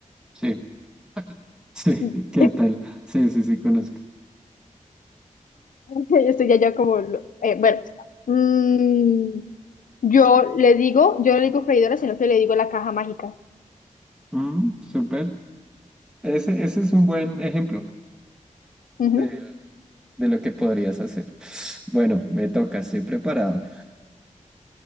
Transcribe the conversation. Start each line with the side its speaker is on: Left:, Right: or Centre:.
Centre: Sí. <laughs> Sí,
Left: <laughs>
Centre: ¿qué tal? Sí, sí, sí, conozco.
Left: Yo estoy allá como... lo- eh, bueno, mm, yo le digo, yo no le digo freidora, sino que le digo la caja mágica.
Centre: Mm, súper. Ese, ese es un buen ejemplo
Left: Ujú,
Centre: de, de lo que podrías hacer. <sighs> Bueno, me toca, estoy preparado.